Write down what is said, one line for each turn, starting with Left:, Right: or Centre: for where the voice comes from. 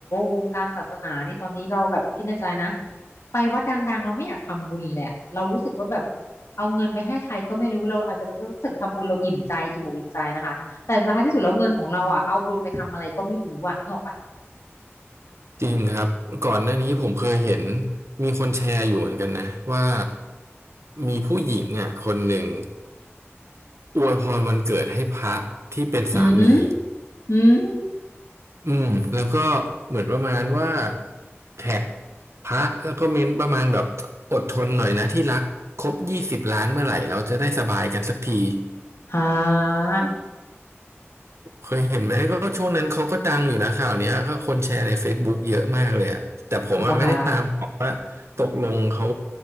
Left: วงการศาสนานี่ตอนนี้เราแบบคิดในใจนะไปวัดดังๆเราไม่อยากทำบุญเลยอะเรารู้สึกว่าแบบเอาเงินไปให้ใครก็ไม่รู้เราอาจจะรู้สึกทำบุญเราอิ่มใจอิ่มอกอิ่มใจนะคะแต่ท้ายที่สุดแล้วเงินของเราอ่ะเอารวมไปทำอะไรก็ไม่รู้อ่ะนึกออกปะ
Right: จริงครับก่อนหน้านี้ผมเคยเห็นมีคนแชร์อยู่เหมือนกันนะว่ามีผู้หญิงอ่ะคนหนึ่งอวยพรวันเกิดให้พระที่เป็นสามี
Left: อืมอืม
Right: อืมแล้วก็เหมือนประมาณว่าแท็กพระแล้วก็เม้นประมาณแบบอดทนหน่อยนะที่รักครบยี่สิบล้านเมื่อไหร่เราจะได้สบายกันสักที
Left: อ่า
Right: เคยเห็นไหมก็ช่วงนั้นเขาก็ดังอยู่นะข่าวเนี้ยก็คนแชร์ใน Facebook เยอะมากเลยอะแต่ผมอะไม่ได้ตามหรอกว่าตกลงเขา
Left: เหรอคะ